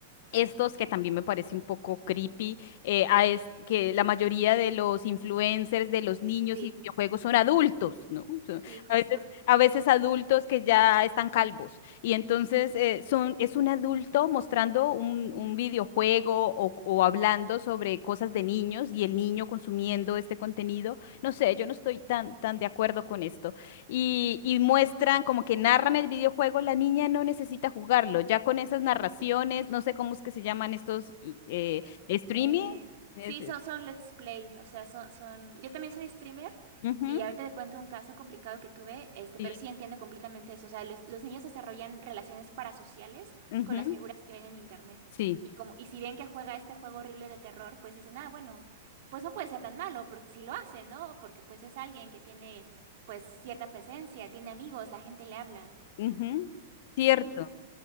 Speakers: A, on the left; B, on the right.
A: estos que también me parece un poco creepy, eh, a es- que la mayoría de los influencers de los niños
B: Sí,
A: y videojuegos son adultos, ¿no? Son-
B: sí, justo.
A: a veces, a veces adultos que ya están calvos. Y entonces eh, son, es un adulto mostrando un, un videojuego o, o hablando sobre cosas de niños y el niño consumiendo este contenido. No sé, yo no estoy tan, tan de acuerdo con esto. Y, y muestran como que narran el videojuego, la niña no necesita jugarlo. Ya con esas narraciones, no sé cómo es que se llaman estos eh,
B: Eh,
A: streaming.
B: eh,
A: es-
B: sí, son, son Let's Play, o sea, son, son... Yo también soy streamer
A: ujú,
B: y ahorita te cuento un caso complicado que tuve, este,
A: sí,
B: pero sí entiendo completamente eso. O sea, los, los niños desarrollan relaciones parasociales
A: ujú,
B: con las figuras que ven en internet.
A: sí,
B: Y como, y si ven que juega este juego horrible de terror, pues dicen, ah, bueno, pues no puede ser tan malo, porque si lo hace, ¿no? Porque pues es alguien que tiene, pues, cierta presencia, tiene amigos, la gente le habla.
A: ujú, Cierto.
B: Uy,